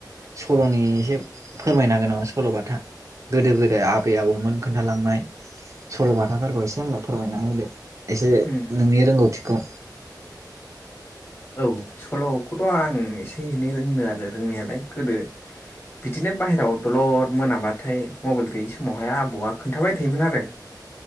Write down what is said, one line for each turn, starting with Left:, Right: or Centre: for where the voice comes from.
Right: सल'नि एसे फोरमायनो हागोन नामा सल'बाथा गोदो गोदाय आ बै आबौमोन खोन्थालांनाय सल'बाथाफोरखौ एसे आंनो फोरमायना होदो एसे
Left: उम
Right: नोंनि रोंगौथिखौ
Left: औ सल'खौथ' आं एसे एनै रोङो आरो रोंनायालाय गोदो बिदिनो बाहेरायाव दलद मोनाबाथाय मबाइल गैयि समावहाय आबौआ खोन्थाबाय थायोमोन आरो